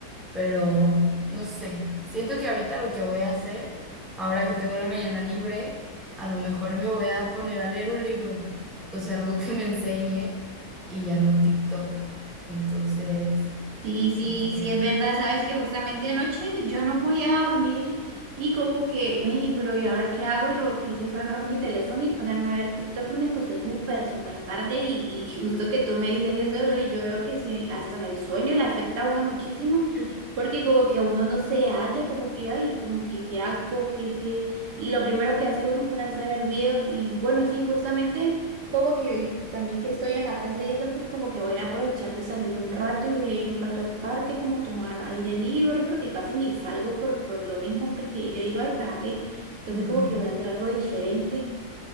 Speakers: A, in the centre; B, on the right.
A: Pero no sé, siento que ahorita lo que voy a hacer Ahora que tengo la mañana libre, a lo mejor me voy a poner a leer un libro, o sea, algo que me enseñe y ya no TikTok. Entonces,
B: Sí, sí,
A: no sé.
B: sí, es verdad. Sabes que justamente anoche yo no podía dormir y como que, ay, pero ¿y ahora qué hago? Y lo que hice fue agarrar mi teléfono y ponerme a ver TikTok y me acosté súper, súper tarde y, y justo que tú me dices eso, ¿no? y yo veo que sí, hasta en el sueño le afecta a uno muchísimo.
A: <laughs>
B: Porque como que uno no se halla, como que, ay, como que, ¿qué hago? ¿Qué, qué? Y lo primero que hace uno es ponerse a ver videos. Y bueno, sí, justamente Como que también que estoy en la casa y eso, pues como que voy a aprovechar de salir un rato y voy a ir un rato al parque, como a tomar aire libre, porque casi ni salgo por, por lo mismo, porque yo digo, ay, ¿para qué? Entonces
A: Ujú.
B: como que voy a hacer algo diferente.